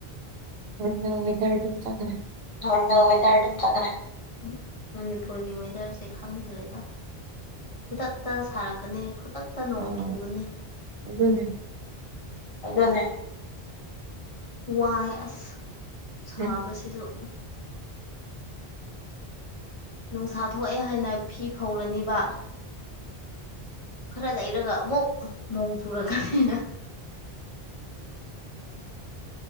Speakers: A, on the right; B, on the left.
A: ꯅꯋꯦꯗꯔꯝ ꯆꯒ꯭ꯔ
B: ꯈ ꯃꯅꯤꯄꯨꯔꯒꯤ ꯋꯗꯔꯁꯦ ꯈꯪꯗ꯭ꯔꯦꯗ ꯈꯨꯗꯛꯇ ꯁꯥꯔꯛꯀꯅꯤ ꯈꯨꯗꯛꯇ ꯅꯣꯡ
A: ꯑꯥ
B: ꯆꯨꯒꯅꯤ
A: ꯑꯗꯨꯅꯦ
B: ꯑꯗꯨꯗꯅꯦ ꯋꯥꯏ ꯑꯁ ꯁꯥꯕꯁꯤꯁꯨ
A: ꯎꯝ
B: ꯅꯨꯡꯁꯥ ꯊꯣꯛꯑꯦ ꯍꯥꯏꯅ ꯐꯤ ꯐꯧꯔꯅꯤꯕ ꯈꯔ ꯂꯩꯔꯒ ꯑꯃꯨꯛ ꯅꯣꯡ ꯆꯨꯔꯛꯀꯅꯤꯅ